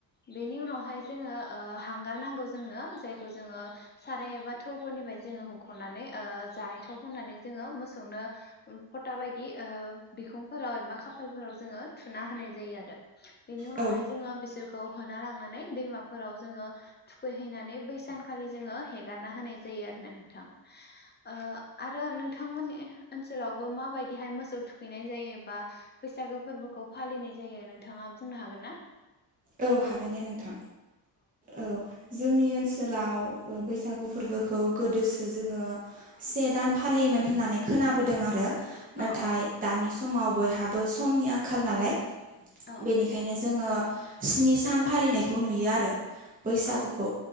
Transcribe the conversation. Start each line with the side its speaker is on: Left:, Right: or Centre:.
Left: बेनि उनावहाय जोङो ओ हांगार नांगौ जोंनो जायखौ जोङो साराय एबा थौफोरनिफ्राय जोङो होुख'नानै ओ जानाय थाव फननानै जोङो मोसौनो फथा बायदि बिखुंफोराव एबा खाफालफोराव जोङो थुना होनाय जायो आरो बेनि उनावहाय
Right: औ
Left: जोङो बिसोर खौ होना लांनानै दैमाफोराव जोङो थुखैहैनानै बै सानखालि जोङो हेगारना होनाय जायो आरोना नोंथां। ओ आरो नोंथांमोन ओनसोलावबो माबायदिहाय मोसौ थुखैनाय जायो बा बैसागो फोरबोखौ फालिनाय जायो नोंथाङा बुंनो हागोन ना?
Right: औ हागोन दे नोंथां औ जोंनि ओनसोल गोलाव बैसागु फोरबोखौ गोदोसो जोङो से दान फालियोमोन होननानै खोन खोनाबोदों आरो नाथाय
Left: औ
Right: दानि समाव बयहाबो समनि आंखाल नालाय
Left: औ
Right: बेनिखायनो जोङो स्नि सान फालिनायखौ नुयो आरो बैसागुखौ।
Left: औ